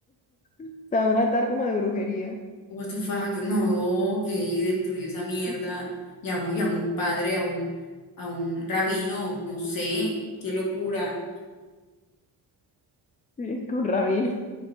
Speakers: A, on the left; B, on the left.
A: O sea, un altar como de brujería.
B: What the fuck, no, que destruyó esa mierda.
A: <laughs>
B: Llamó, llamó un padre a un, a un rabino, no sé, qué locura.
A: Sí, con rabino.